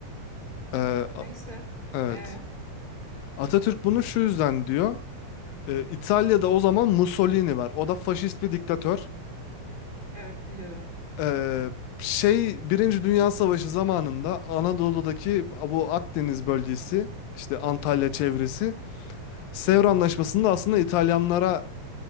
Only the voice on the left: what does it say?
Ee, a-
evet.
Atatürk bunu şu yüzden diyor. Ee, İtalya'da o zaman Mussolini var. O da faşist bir diktatör.
Ee, şey Birinci Dünya Savaşı zamanında Anadolu'daki bu Akdeniz bölgesi işte Antalya çevresi Sevr Anlaşması'nda aslında İtalyanlara